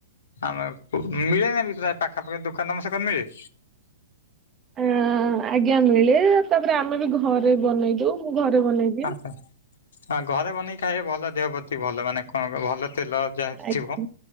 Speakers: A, on the left; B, on the right.
A: ଆମ ମିଳେ ନା ବି ପ୍ରାୟ ପାଖାପାଖି ଦୋକାନ ତମସେ ଏକରେ ମିଳେ।
B: ଆ ଆଜ୍ଞା ମିଳେ ତାପରେ ଆମେ ବି ଘରେ ବନେଇ ଦଉ ମୁଁ ଘରେ ବନେଇଦିଏ।
A: ଆଚ୍ଛା ହଁ ଘରେ ବନେଇି ଖାଇବେ ଭଲ ଦେହ ପ୍ରତି ଭଲ ମାନେ କଣ ଭଲ ତେଲ। ଯାହା
B: ଆଜ୍ଞା
A: ଥିବ